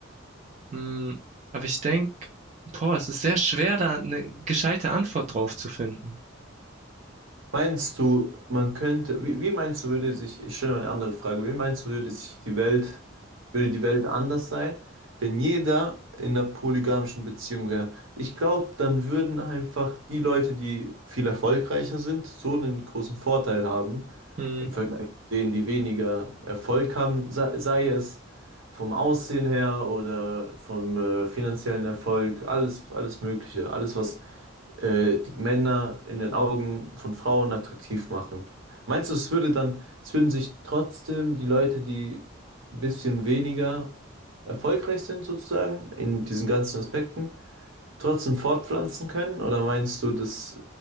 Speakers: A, on the right; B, on the right.
A: Mm, aber ich denke, boah, es ist sehr schwer, da eine gescheite Antwort drauf zu finden.
B: Meinst du, man könnte, wie, wie meinst du, würde sich, ich stelle mal eine andere Frage, wie meinst du, würde sich die Welt, würde die Welt anders sein, wenn jeder in einer polygamischen Beziehung wäre? Ich glaube, dann würden einfach die Leute, die viel erfolgreicher sind, so einen großen Vorteil haben
A: Mm.
B: im Vergleich zu denen, die weniger Erfolg haben, sei, sei es vom Aussehen her oder vom äh, finanziellen Erfolg, alles, alles Mögliche, alles, was äh, die Männer in den Augen von Frauen attraktiv machen. Meinst du, es würde dann, es würden sich trotzdem die Leute, die ein bisschen weniger erfolgreich sind sozusagen in diesen ganzen Aspekten, trotzdem fortpflanzen können? Oder meinst du, dass